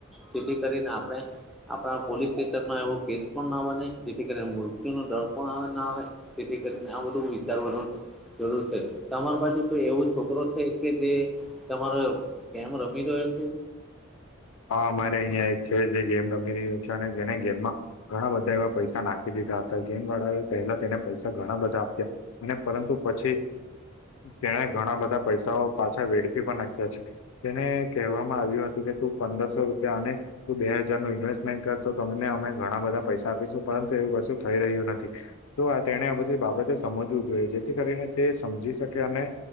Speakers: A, in the centre; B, on the left.
A: જેથી કરીને આપડે આપણા પોલીસ સ્ટેશનમાં એવો કેસ પણ ના બને જેથી કરીને મૃત્યુ નો ડર પણ આવે ના આવે તેથી કરીને આ બધું વિચારવાનું જરૂર છે તમાર બાજુ કોઈ એવો છોકરો છે. કે તે તમારો કેમ રમી રહ્યો છે.
B: હા અમારે અહિયાં એક છે જે ગેમ રમી રહ્યો છે અને જેને ગેમમાં ઘણા બધા એવા પૈસા નાખી દીધા હતા ગેમ વાળાઓએ પહેલા તેને પૈસા ઘણા બધા આપ્યા અને પરંતુ પછી તેણે ઘણા બધા પૈસાઓ પાછા વેડફી પણ નાખ્યા છે. તેને કહેવામાં આવ્યું હતું કે તું પંદરસો રૂપિયા અને તું બે હજાર નું ઇન્વેસ્ટમેન્ટ કર તો તમને અમે ઘણા બધા પૈસા આપીશું પરંતુ એવું કશું થઈ રહ્યું નથી. તો તેણે આ બધી બાબતે સમજવું જોઈએ જેથી કરીને તે સમજી શકે અને